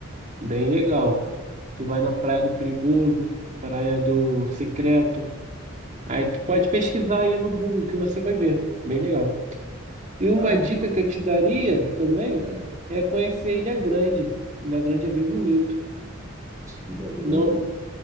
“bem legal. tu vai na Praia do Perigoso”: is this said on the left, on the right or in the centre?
Right